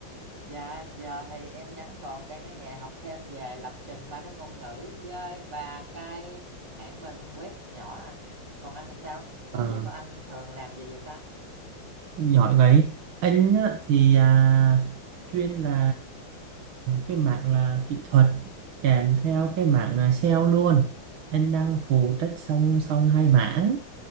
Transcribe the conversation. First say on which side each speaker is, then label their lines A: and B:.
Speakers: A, on the right (about 60°); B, on the right (about 80°).
A: Dạ, giờ thì em vẫn còn đang ở nhà học thêm về lập trình ba cái ngôn ngữ với và cái mảng bên web nhỏ anh. Còn anh thì sao? Công
B: à,
A: việc của anh thường làm về gì ta?
B: giỏi vậy anh á, thì à, chuyên là cái mảng là kỹ thuật kèm theo cái mảng là sale luôn anh đang phụ trách song song hai mảng